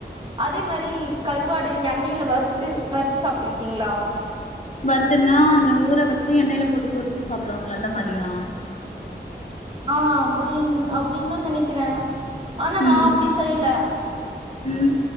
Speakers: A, on the right; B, on the left.
A: அதே மாதிரி கருவாடு எண்ணயில வறுத்து வறுத்து சாப்ட்டுருக்கீங்களா
B: வருத்துன்னா அந்த ஊற வச்சு எண்ணெயில போட்டு பொறிச்சு சாப்டுவாங்களா அந்த மாரியா
A: ஆ அப்படின் அப்படின் தா நெனைக்கிறே ஆனா
B: ம்
A: நா அப்டி செய்யல
B: ம்